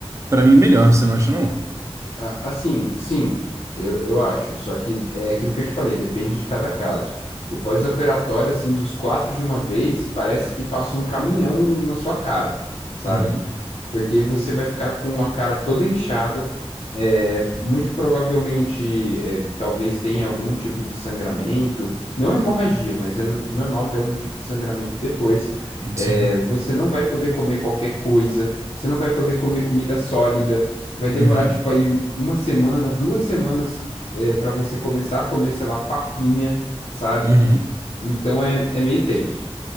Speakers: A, on the right; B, on the left.
A: pra mim é melhor, você não acha, não?
B: A- Assim, sim, eu, eu acho. Só que é aquilo que eu te falei, depende de cada caso. O pós-operatório, assim, dos quatro de uma vez, parece que passou um caminhão na sua cara, sabe?
A: Uhum,
B: porque você vai ficar com a cara toda inchada, é, muito provavelmente, é, talvez tenha algum tipo de sangramento, não hemorragia, mas é n- normal ter algum tipo de sangramento depois. É,
A: sim.
B: você não vai poder comer qualquer coisa, você não vai poder comer comida sólida, vai demorar
A: Uhum,
B: tipo aí um- uma semana, duas semanas, é, para você começar a comer, sei lá, papinha, sabe?
A: uhum.
B: Então é, é meio tenso,